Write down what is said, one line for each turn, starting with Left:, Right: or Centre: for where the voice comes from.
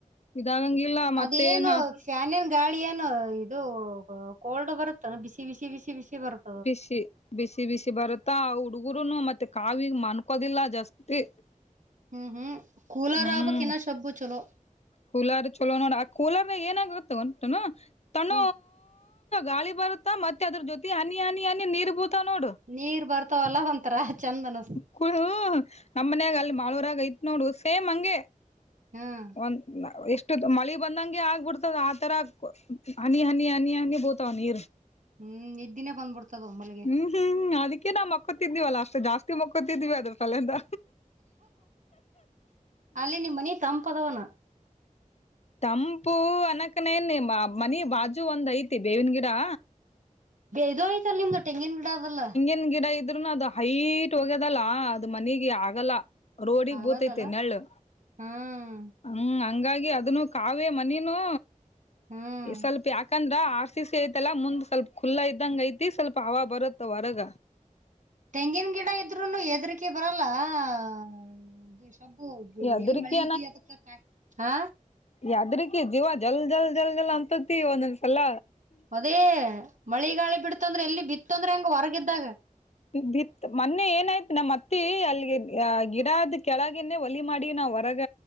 Left: ಇದಾಗಂಗಿಲ್ಲ ಮತ್ತೇನ
Right: ಅದೇನು ಶಾನನ್ ಗಾಳಿ ಏನು ಇದು ಕೋಲ್ಡ್ ಬರುತ್ತಾನ ಬಿಸಿ ಬಿಸಿ ಬಿಸಿ ಬಿಸಿ ಬರುತ್ತ
Left: ಬಿಸಿ ಬಿಸಿ ಬಿಸಿ ಬರುತ್ತಾ ಹುಡ್ಗರುನು ಮತ್ತೆ ಕಾವಿ ಮನ್ಕೋದಿಲ್ಲ ಜಾಸ್ತಿ
Right: ಹ್ಮ್ ಹ್ಮ್ ಕೂಲಾರ
Left: ಹ್ಮ್
Right: ಆಬಕ್ಕೆನ್ನ ಶಬ್ಬು ಚಲೋ
Left: ಕೂಲರ್ ಚಲೋ ನೋಡ ಆ ಕೂಲರ್ ನಾಗ ಏನಾಗಿತ್ತ ಉಂಟುನು ತಣ
Right: ಹ್ಮ್
Left: ಗಾಳಿ ಬರುತ್ತ ಮತ್ತೆ ಅದ್ರ ಜೊತೆ ಹನಿ ಹನಿ ಹನಿ ನೀರ್ ಬೂತ ನೋಡು
Right: ನೀರ್ ಬರ್ತವಲ್ಲ ಒ ತರ ಚಂದನ
Left: ಕುಡ ನಮ್ಮ್ನ್ಯಾಗ ಅಲ್ಲಿ ಮಾಡಲ್ವರಾಗ ಐತ್ ನೋಡ್ ಸೇಮ್ ಹಂಗೆ
Right: ಹ್ಮ್
Left: ಒಂದ್ ಎಷ್ಟು ಮಳಿ ಬಂದಂಗೆ ಆಗ್ಬಿಡ್ತದ ಆತರ ಹನಿ ಹನಿ ಹನಿ ಹನಿ ಬ ತನಿ
Right: ಹ್ಮ್ ಇದ್ದಿನೇ ಬಂದ್ಬಿಡ್ತದ ಒಂಬಗೆ
Left: ಹ್ಮ್ ಹ್ಮ್ ಅದಕ್ಕೆ ನಾವು ಮಕ್ಕೊತಿದೀವಲ್ಲ ಅಷ್ಟ್ ಜಾಸ್ತಿ ಮಕ್ಕೊತಿದ್ವಿ ಅದ್ರ ತಲೆಯಿಂದ
Right: ಅಲ್ಲಿ ನಿಮ್ಮ ಮನ ತಂಪದವನು
Left: ತಂಪು ಅನಕ್ಕನೇನ್ ಮನಿ ಬಾಜು ಒಂದ್ ಐತಿ ಬೇವಿನ ಗಿಡಾ
Right: ಇದೋಯ್ತಲ್ಲ ನಿಮ್ದು ತೆಂಗಿನ ಗಿಡ ಅದಲ್ಲ
Left: ನ್ ಗಿಡ ಇದ್ರುನು ಅದು ಹೈಟ್ ಹೋಗ್ಯದಲ್ಲ ಅದು ಮನಗೆ ಆಗಲ್ಲ ರೋಡಿಗೆ
Right: ಆಗಲ್ಲಲ್ಲ
Left: ಬೂತೈತೆ ನೆಳ್ಳು
Right: ಹ್ಮ್
Left: ಹ್ಮ್ ಹಂಗಾಗಿ ಅದನು ಕಾವೇ ಮನನುೂ
Right: ಹ್ಮ್
Left: ಸ್ವಲ್ಪ ಯಾಕೆ ಯಾಕಂದ್ರ ಆರ್ ಸಿ ಸಿ ಐತಲ್ಲಾ ಮುಂದ್ ಸ್ವಲ್ಪ ಖುಲ್ಲಾ ಇದ್ದಂಗ ಐತಿ ಸ್ವಲ್ಪ ಹವ ಬರುತ್ತ ಹೊರಗ
Right: ತೆಂಗಿನ ಗಿಡ ಇದ್ರುನು ಎದ್ರಕೆ ಬರಲ್ಲದು ಸಬ್ಬು
Left: ಯದ್ರಕಿ
Right: ಎಲ್ಲಿ ಮಳಗ ಅದಕ್ಕ ಹ
Left: ಯದ್ರಕ ಜೀವ ಜಲ್ ಜಲ್ ಜಲ್ ಜಲ್ ಅಂತತಿ ಒಂದ ಅಲ್ಲ
Right: ಅದೇ ಮಳಿ ಗಾಳಿ ಬಿಡ್ತಂದ್ರೆ ಎಲ್ಲಿ ಬಿತ್ತಂದ್ರೆ ಹೆಂಗ ಹೊರಗಿದ್ದಾಗ
Left: ಬಿತ್ ಮೊನ್ನೆ ಏನಾಯ್ತ್ು ನಮ್ಮ್ ಅತ್ತಿ ಅಲ್ಲಿಗೆ ಗಿಡದ್ ಕೆಳಗನೆೇ ಒಲಿ ಮಾಡಿ ನಾವ್ ಹೊರಗ